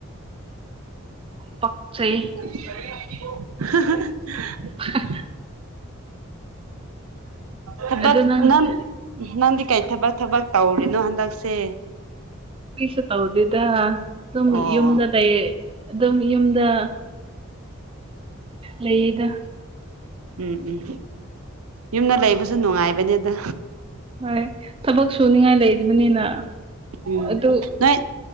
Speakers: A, on the right; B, on the right.
A: ꯄꯆꯩ
B: <unintelligible> <unintelligible>
A: <inaudible>
B: ꯊꯕꯛ
A: ꯑꯗꯨ ꯅꯪꯗꯤ
B: ꯅꯪ ꯅꯪꯗꯤ ꯀꯩ ꯊꯕꯛ ꯊꯕꯛ ꯇꯧꯔꯤꯅꯣ ꯍꯟꯗꯛꯁꯦ
A: ꯀꯁ ꯇ ꯍꯧꯗꯗ ꯁꯝ
B: ꯑꯣ
A: ꯌꯝꯗ ꯇ ꯑꯗꯨꯝ ꯌꯨꯝꯗ ꯂꯩꯗ
B: ꯎꯝ ꯎꯝ ꯌꯨꯝꯗ ꯂꯩꯕꯁꯨ ꯅꯨꯡꯉꯥꯏꯕꯅꯦꯗ
A: ꯍꯣꯏ ꯊꯕꯛ ꯁꯨꯅꯤꯡꯉꯥꯏ ꯂꯩꯕꯅꯤꯅ
B: ꯎꯝ
A: ꯑꯗꯨ
B: ꯅꯣꯏ